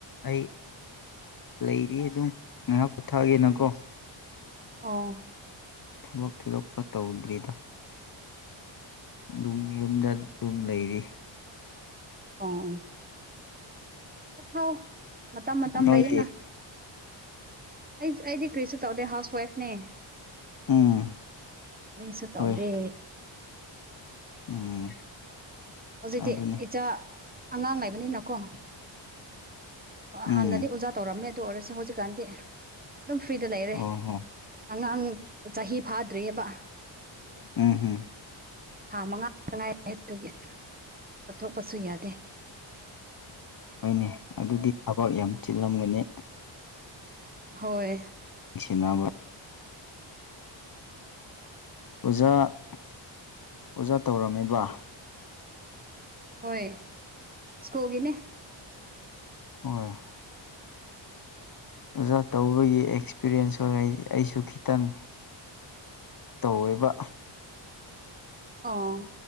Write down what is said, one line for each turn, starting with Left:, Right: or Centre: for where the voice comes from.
Left: ꯑꯩ
Right: ꯒ
Left: ꯂꯩꯔꯤ ꯑꯗꯨꯝ ꯉꯥꯏꯍꯥꯛ ꯄꯨꯨꯊꯥ ꯒꯦꯅꯥ
Right: ꯎꯝ
Left: ꯀꯦ
Right: ꯑꯣ
Left: ꯊꯕꯛ ꯊꯣꯏꯗꯣꯛꯄ ꯇꯧꯗ꯭ꯔꯤꯗ ꯑꯗꯨꯝ ꯌꯨꯝꯗ ꯇꯨꯝ ꯂꯩꯔꯤ
Right: ꯑꯣ ꯄꯣꯊꯥꯎ ꯃꯇꯝ ꯃꯇꯝ
Left: ꯅꯣꯏꯗꯤ
Right: ꯂꯩꯌꯦꯅ ꯑꯩ ꯑꯩꯗꯤ ꯀ꯭ꯔꯤꯁꯨ ꯇꯧꯗꯦ ꯍꯥꯎꯁ ꯋꯥꯏꯐꯅꯦ
Left: ꯎꯝ
Right: ꯀꯔꯤꯁꯨ ꯇꯧꯗꯦ
Left: ꯍꯣꯏ ꯎꯝ
Right: ꯍꯧꯖꯤꯛꯇꯤ
Left: ꯑꯗꯨꯅꯤ
Right: ꯏꯆꯥ ꯑꯉꯥꯡ ꯂꯩꯕꯅꯤꯅꯀꯣ
Left: ꯎꯝ
Right: ꯍꯥꯟꯅꯗꯤ ꯑꯣꯖꯥ ꯇꯧꯔꯝꯃꯦ ꯑꯗꯨ ꯑꯣꯏꯔꯁꯨ ꯍꯧꯖꯤꯛꯀꯥꯟꯗꯤ ꯑꯗꯨꯝ ꯐ꯭ꯔꯤꯗ ꯂꯩꯔꯦ
Left: ꯑꯣ ꯍꯣ
Right: ꯑꯉꯥꯡ ꯆꯍꯤ ꯐꯥꯗ꯭ꯔꯤꯑꯕ
Left: ꯎꯝ ꯎꯝ
Right: ꯊꯥ ꯃꯉꯥ ꯈꯛꯇ ꯉꯏꯔꯤꯌꯦ ꯑꯗꯨꯒꯤ ꯆꯠꯊꯣꯛꯄꯁꯨ ꯌꯥꯗꯦ
Left: ꯑꯗꯨꯅꯤ ꯑꯗꯨꯗꯤ ꯊꯕꯛ ꯌꯥꯝ ꯆꯤꯜꯂꯝꯒꯅꯤ
Right: ꯍꯣꯏꯣꯏ
Left: ꯊꯅꯥ ꯑꯣꯖꯥ ꯑꯣꯖꯥ ꯇꯧꯔꯝꯃꯤꯕ
Right: ꯍꯣꯏ ꯁ꯭ꯀꯣꯜꯒꯤꯅꯦ
Left: ꯑꯣ ꯑꯣꯖꯥ ꯇꯧꯕꯒꯤ ꯑꯦꯛꯁꯄꯤꯔꯤꯌꯦꯟꯁ ꯑꯣꯏ ꯑꯩꯁꯨ ꯈꯤꯇꯪ ꯇꯧꯋꯕ
Right: ꯑꯥ